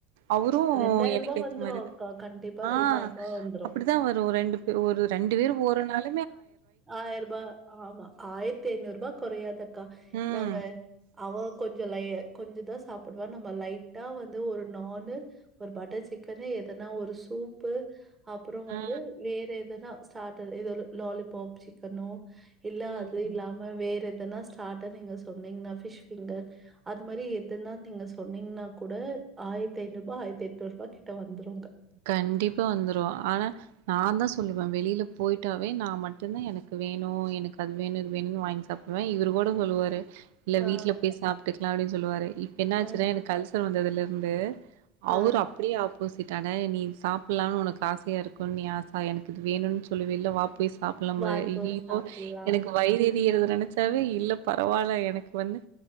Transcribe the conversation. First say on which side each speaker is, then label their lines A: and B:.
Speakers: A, on the right (about 70°); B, on the right (about 25°).
A: அவுரு
B: ரூ.
A: எனக்கு ஏத்த
B: வந்துரும்
A: மாரிது
B: அக்கா. கண்டிப்பா
A: ஆ
B: ரூ. வந்துரும்.
A: அப்படி தா வரு‌ ரெண்டு பே ஒரு ரெண்டு பேர்‌ போறநால
B: ஆயிரபா ஆமா ஆயிரத்தைநூர்பா கொறையாது அக்கா
A: ம்
B: நாங்க அவ கொஞ்சோ லைய கொஞ்சோதா சாப்புடுவா நம்ம லைட்டா வந்து ஒரு நானு ஒரு பட்டர் சிக்கனு எதனா ஒரு சூப்பு அப்புறோ வந்து
A: ஆ
B: வேற எத ஸ்டாட்டரு இது ஒரு லாலிபாப் சிக்கனோ இல்ல
A: ம்
B: அது இல்லாம வேற எ எதனா ஸ்டாட்டர் நீங்க சொன்னீங்கன்னா ஃபிஷ் ஃபிங்கர் அது மாரி எதுனா நீங்க சொன்னீங்கன்னா கூட ஆயிரத்தி ஐநூறுபா ஆயிரத்தெட்நூறுபா கிட்ட வந்துருங்க
A: கண்டிப்பா வந்துரு ஆனா நா தா சொல்லுவ வெளியில போயிட்டாவே நா மட்டுதா எனக்கு வேணு எனக்கு அது வேணு இது வேணுன்னு வாங்கி சாப் டுவ இவுரு கூட சொல்லுவாரு இல்ல
B: ஆ,
A: வீட்ல போய் சாப்ட்டுக்லா அப்டின்னு சொல்லுவாரு இப்ப என்னா ஆச்சுனா
B: ஆ,
A: எனக்கு அல்சர் வந்ததுல இருந்து அவுரு
B: ஆ
A: அப்படியா ஆப் போசிட் அன நீ சாப்பட்லானு ஒனக்கு ஆசையா இருக்குன்னு நீ ஆசா எனக்கு இது வேணும்ன் சொல்லுவேல வா போய் சாப்பட்லாம்பாரு
B: வாய்ப்பு
A: அய்யயோ
B: சாப்பிடலாம்.
A: எனக்கு வயிறு எறியறது நெனைச்சாவே இல்ல பரவாயில்ல எனக்கு வந்து